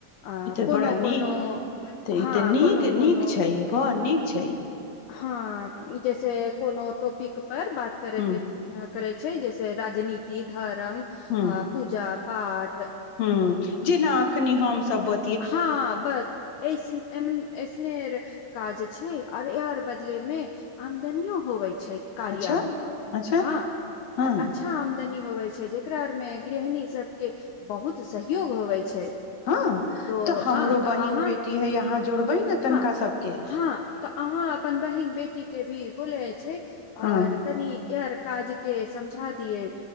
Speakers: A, on the left (about 70°); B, on the left (about 55°).
A: आ
B: ई तऽ
A: कोनो
B: बड़ा नीक
A: कोनो
B: तऽ
A: हँ
B: ई तऽ नीक
A: कोनो कोनो
B: नीक छै बड़ नीक छै
A: हँ जैसे कोनो टोपिक पर बात करेके
B: ह
A: करै छै जैसे राजनीति धर्म
B: ह
A: अ पूजा आठ
B: ह जेना एखनि हमसभ ब
A: हँ बस एसने काज छै और एर बदले में आमदनियो होवे छै छै कार्यमे
B: अच्छा अच्छा
A: हँ
B: हँ
A: आओर अच्छा आमदनी होवे छै जेकरा में गृहणी सब के बहुत सहयोग होवे छै
B: हँ
A: तो
B: तऽ हमरो
A: हँ तऽ
B: बहिन
A: अहाँ
B: बेटी हइ अहाँ जोड़बै ने तनिका
A: हँ
B: सभके
A: हँ तऽ अहाँ अपन बहिन बेटी के भी ब जाइ छै
B: हँ
A: और तनि इर काज के समझा दिय